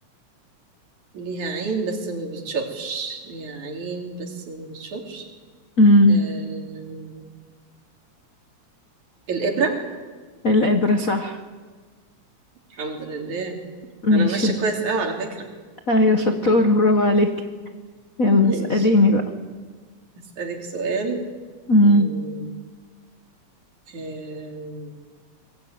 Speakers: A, on the right; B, on the left.
A: ليها عين بس ما بتشوفش ليها عين بس ما بتشوفش
B: امم
A: آه... الإبرة
B: الإبرة صح
A: الحمد لله
B: ماشي
A: انا ماشيه كويس قوي على فكره
B: ايوه شطورة
A: <laughs>
B: برافو عليك يلا
A: ماشي
B: اسأليني بقى
A: اسالك سؤال
B: امم
A: مم. آم،